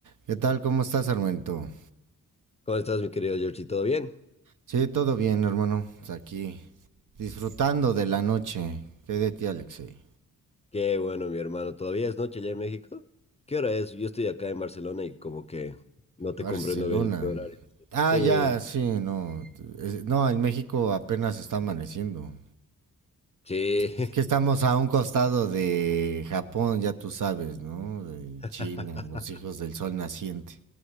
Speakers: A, on the right; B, on the left.
A: ¿Qué tal? ¿Cómo estás, Armento?
B: ¿Cómo estás, mi querido Georgie? ¿Todo bien?
A: Sí, todo bien, hermano. Aquí, disfrutando de la noche. ¿Qué de ti, Alexei?
B: Qué bueno, mi hermano. ¿Todavía es noche allá en México? ¿Qué hora es? Yo estoy acá en Barcelona y como que no te
A: Barcelona.
B: comprendo bien en qué horario. es.
A: Ah,
B: Sí,
A: ya, sí, no. Es- No, en México apenas está amaneciendo.
B: sí.
A: Es que estamos a un costado de Japón, ya tú sabes, ¿no? De
B: <laughs>
A: China, los hijos del sol naciente.